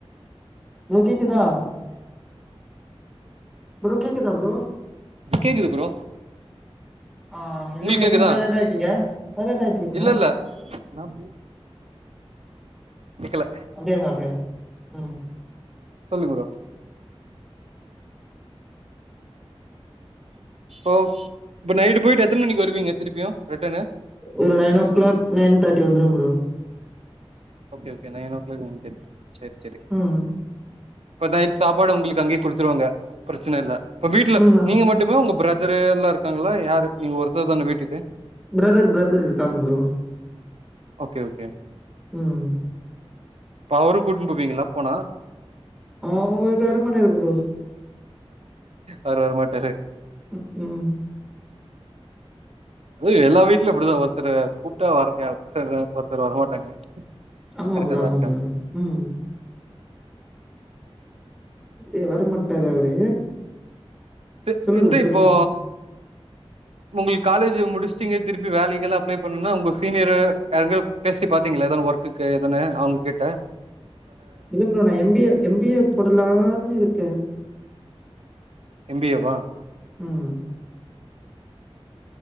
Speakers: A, in the centre; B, on the right.
A: கே கேக்குதா ப்ரோ கேக்குதா ப்ரோ
B: கேக்குது ப்ரோ
A: ஆ இல்ல
B: உங்களுக்கு கேக்குதா
A: என்ன சைலன்ட்டா ஆயிட்டீங்க சைலன்ட்டா ஆயிட்டீங்க
B: இல்ல இல்ல என்ன ப்ரோ கேக்கல
A: அங்கே இருங்க அப்டியா ம்
B: சொல்லுங்க ப்ரோ ஓ இப்ப நைட்டு போயிட்டு எத்தன மணிக்கு வருவீங்க திருப்பியு ரிட்டனு
A: ஒரு nine o'clock nine thirty வந்துரும் bro
B: okay okay nine o'clock வந்துரு சேரி சேரி
A: ம்
B: இப்ப நைட் சாப்பாடு உங்களுக்கு அங்கேயே குடுத்துருவாங்க பிரச்சன இல்ல இப்ப வீட்ல
A: ம்
B: நீங்க மட் டுமே உங்க பிரதர் எல்லாம் இருக்காங்களா யாரு நீங்க ஒருத்தர் தான் வீட்டுக்கு
A: பிரதர் பிரதர் இருக்காங்க ப்ரோ
B: ஓகே ஓகே
A: ம்
B: அவரும் கூட்டின்னு போவீங்களா போனா
A: ஆ அவரு வரமாட்டாரு ப்ரோ
B: அவரு வர மாட்டாரு
A: ம் ம்
B: அது எல்லா வீட்லு இப்டிதா ஒருத்தர் கூப்ட்டா வரங்ன்றாரு ஒருத்தர் வரமாட்டாங்க
A: ஆமா
B: கரெக்டா
A: ப்ரோ
B: தா
A: ஆமா
B: இருக்காங்க
A: ப்ரோ ம் ஏ வர மாட்டாரு அவரு
B: செரி
A: சொல்லு
B: இந்து
A: ப்ரோ, சொல்லு.
B: இப்போ ஒங்ளுக்கு காலேஜ் முடிச்சிடிங்க திருப்பி வேலைகெல்லா அப்ளை பண்ணுனா ஒங்க சீனியர யார்க்க பேசி பாத்தீங்ள எதனா ஒர்க்கு இருக்குனு எதன்னு அவுங்ககிட்ட
A: இல்ல ப்ரோ நா M B A M B A போடலான்னு இருக்கே
B: எம் பி ஏவா
A: ம்